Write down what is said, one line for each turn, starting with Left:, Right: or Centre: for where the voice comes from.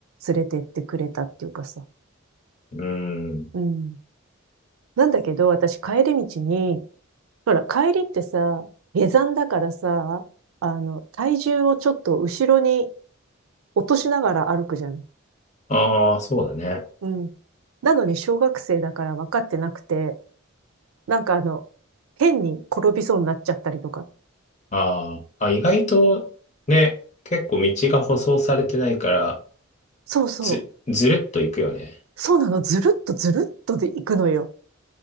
Right: 連れてってくれたっていうかさ。
Left: うん。
Right: うん。なんだけど、私帰り道に、ほら、帰りってさ、下山だからさ、あの、体重をちょっと後ろに落としながら歩くじゃん。
Left: ああ、そうだね。
Right: うん。なのに小学生だから分かってなくて、なんかあの、変に転びそうになっちゃったりとか。
Left: ああ、あ、意外と、ね、結構道が舗装されてないから、
Right: そうそう。
Left: ず、ずるっと行くよね。
Right: そうなの、ずるっとずるっとで行くのよ。